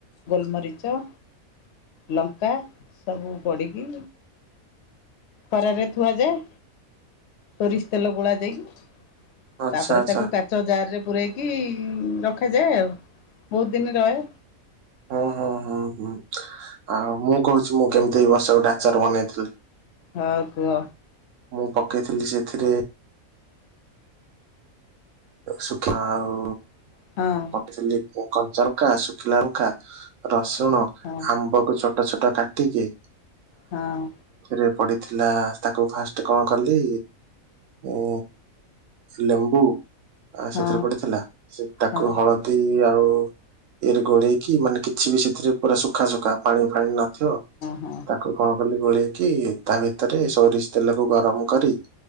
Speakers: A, on the left; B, on the right.
A: ଗୋଲମରିଚ ଲଙ୍କା ସବୁ ଗଡିକି ଖରାରେ ଥୁଆଯାଏ। ସୋରିଷ ତେଲ ଗୋଳା ଯାଇକି
B: ଆଚ୍ଛା
A: ତାପରେ
B: ଆଚ୍ଛା
A: ତାକୁ କା ଚ ଜାର ରେ ପୂରେଇକି ରଖାଯାଏ ଆଉ ବହୁତ ଦିନ ରହେ।
B: ହଁ ହଁ ହୁଁ ହୁଁ ଆଉ ମୁଁ କହୁଛି ମୁଁ କେମିତି ଏଇ ବର୍ଷ ଗୋଟେ ଆଚାର ବନେଇଥିଲି
A: ହଁ କୁହ
B: ମୁଁ ପକେଇଥିଲି ସେଥିରେ ଶୁଖା ଆଉ
A: ହଁ
B: ପଟି ଥିଲି କଞ୍ଚା ଲଙ୍କା ଶୁଖିଲା ଲଙ୍କା ରସୁଣ
A: ହଁ ହଁ
B: ଆମ୍ବ କୁ ଚଟି ଛୋଟ ଛୋଟ କାଟିକି
A: ହଁ।
B: ରେ ପଡିଥିଲା ତାକୁ ଫାଷ୍ଟ କଣ କଲି ଉ ଲେମ୍ବୁ ସେଥିରେ
A: ହଁ ହଁ
B: ପଡିଥିଲା ସେ ତାକୁ
A: ହଁ ହଁ
B: ହଳଦୀ ଆଉ ଇଏରେ ଗୋଳେଇକି ମାନେ କିଛି ବି ସେଥିରେ ପୁରା ଶୁଖା ସୁୁଖା ପାଣି ଫାଣି ନଥିବ
A: ହଁ ହଁ ହଁ
B: ତାକୁ କଣ କଲି ଗୋଳେଇକି ତା ଭିତରେ ସୋରିଷ ତେଲକୁ ଗରମ କରି